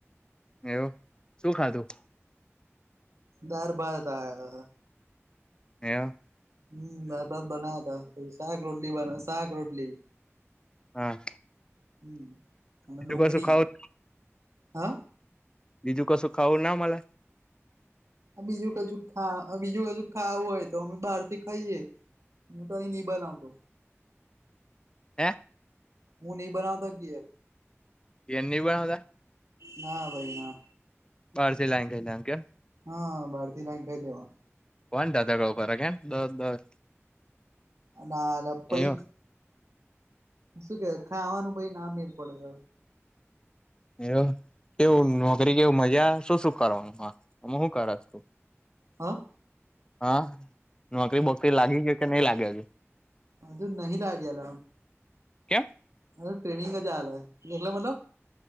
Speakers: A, on the left; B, on the right.
A: એવું શું ખાધું
B: દર બાર ત આયા
A: હયા
B: હમ બ બસ બનાયા ત શાક રોટલી બ શાક રોટલી
A: હા
B: હમ અને
A: બીજું
B: ડુંગરી
A: કશું ખાવું
B: હા
A: બીજું કશું ખાવું ના મલા
B: બીજું કજું ખા બીજું કજ ખાવું હોય તો અમે બહાર થી ખાઈએે હું તો નહી બનાવતો
A: હે
B: હું ન બનાવતો ઘેર
A: ઘેર નહીં બનાવતા
B: ના ભાઈ ના
A: બહારથી લાઈને ખાઇશ એમ કેન
B: હા બહાર થી લાઇને ખઈ લેવાનું
A: કોણ દાધળ કર કેમ દસ દસ
B: ના પહી
A: એ
B: શું કે ખાવાનું ભાઈ ના મેર પડે
A: એવુ કેવું
B: હા
A: નોકરી કેવ મજા શું શું કરવાનું ત્યાં શું શું કરેશ
B: હા
A: હા નોકરી બોકરી લાગી ગ્યો કે નહી લાગ્યો
B: અજુ નહી લાગ્યો લા હુ
A: કેમ
B: હજી ટ્રેનિંગો ચાલે ટ્રેનિંગ મતલબ